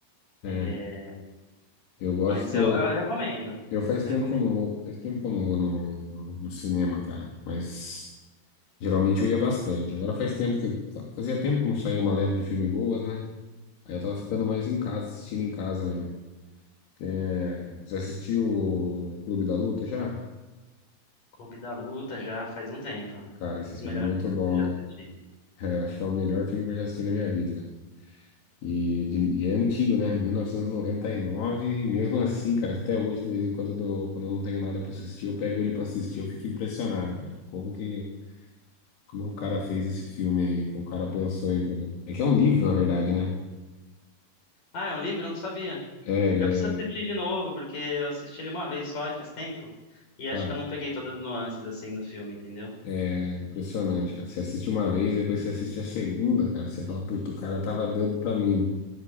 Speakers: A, on the left; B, on the left.
A: É,
B: é,
A: eu gosto.
B: Mas eu, eu recomendo.
A: Eu faz
B: Recomendo.
A: tempo que eu não vou, faz tempo que eu não vou no, no- no cinema, cara. Mas geralmente eu ia bastante. Agora faz tempo que eu- fazia tempo que não saía uma leva de filme boas, né? Aí eu tava ficando mais em casa, assistindo em casa mesmo. É, você assistiu o Clube da Luta já?
B: Clube da Luta já faz um tempo. Um
A: Cara, esse
B: dos
A: filme
B: melhores
A: é muito
B: filmes
A: bom,
B: que eu já
A: né?
B: assisti.
A: É, eu acho que é o melhor filme que eu já assisti na minha vida, né? E, de- e é antigo, né? 1999, e noventa e nove, e mesmo assim, cara, até hoje, de vez em quando, eu dou- quando eu não tenho nada pra assistir, eu pego ele pra assistir, eu fico impressionado, cara. Como que Como que o cara fez esse filme aí? Como o cara pensou em. fazer? É que é um livro, na verdade, né?
B: Ah, é um livro? Eu não sabia.
A: É, ele
B: Eu preciso assistir
A: é.
B: de novo, porque eu assisti ele uma vez só e faz tempo. E acho
A: Cara,
B: que eu não peguei todas as nuances assim do filme, entendeu?
A: é impressionante, cara. Você assiste uma vez e depois você assiste a segunda, cara. Você fala, puta, o cara tava dando pra mim.